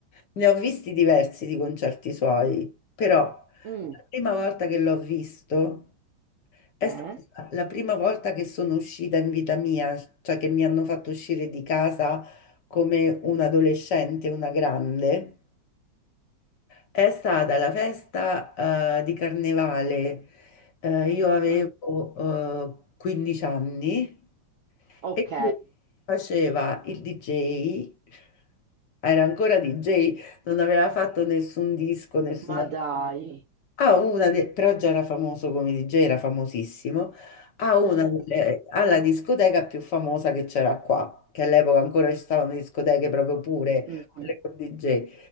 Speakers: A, on the left; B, on the right.
A: Ne ho visti diversi di concerti suoi, però la
B: Mm,
A: prima volta che l'ho visto è
B: eh?
A: stata la prima volta che sono uscita in vita mia, cioè che mi hanno fatto uscire di casa come un adolescente, una grande. È stata la festa, eh, di carnevale. Eh, io avevo,
B: Mm,
A: eh, 15 anni
B: Ok,
A: e lui faceva il DJ. Era ancora DJ, non aveva fatto nessun disco, nessuna
B: ma dai.
A: ha una de- però già era famoso come DJ, era famosissimo, ha una
B: <laughs>
A: delle- ha la discoteca più famosa che c'era qua, che all'epoca ancora ci stavano le discoteche proprio pure,
B: Mm,
A: quelle con DJ.